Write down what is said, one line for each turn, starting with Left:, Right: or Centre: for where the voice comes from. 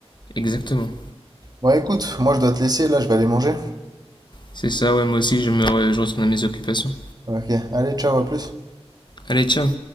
Left: Exactement.
Right: Bon, écoute, moi, je dois te laisser, là, je vais aller manger.
Left: C'est ça, ouais, moi aussi, je, me re- je retourne à mes occupations.
Right: Ok, allez, ciao, à plus.
Left: Allez, ciao.